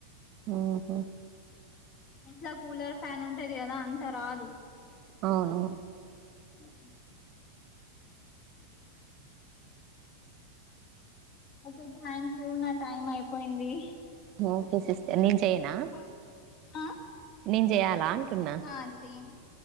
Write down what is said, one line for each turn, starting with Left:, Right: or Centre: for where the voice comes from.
Right: ఆహా
Left: ఇంట్లా కూలర్ ఫ్యాన్ ఉంటది కదా అంత రాదు
Right: అవును
Left: ఉ ఓకే థ్యాంక్ యూ నా టైం అయిపోయింది
Right: ఓకే స నను చెయనా
Left: బాయ్ ఆ
Right: నేను చెయాలా అంటున్నా
Left: ఆ చేయండి